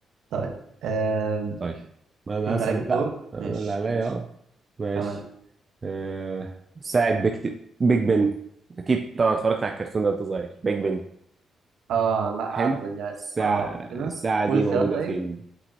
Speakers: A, on the right (about 80°); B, on the right (about 25°).
A: طيب آم،
B: طيب ما انا
A: انت
B: هسأل
A: عليك الدور
B: بقى انا
A: ماشي
B: اللي عليا
A: ماشي
B: اه ماشي
A: تمام
B: آه، ساعة بيك بيج بن أكيد طبعا اتفرجت على الكرتون ده وأنت صغير بيج بن
A: اه لا
B: حلو
A: عارف يعني
B: الساعة
A: اه قول كده
B: الساعة
A: قول
B: دي
A: اختيارات
B: موجودة
A: طيب
B: فين؟